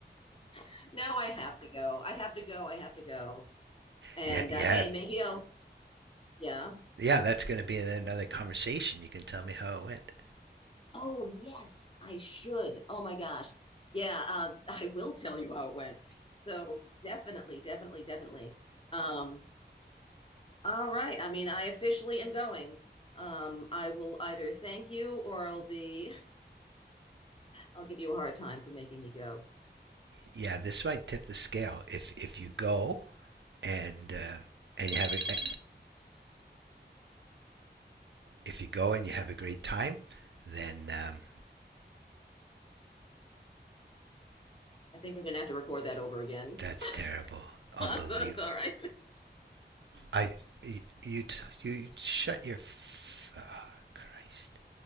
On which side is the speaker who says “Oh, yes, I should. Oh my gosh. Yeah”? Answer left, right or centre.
Left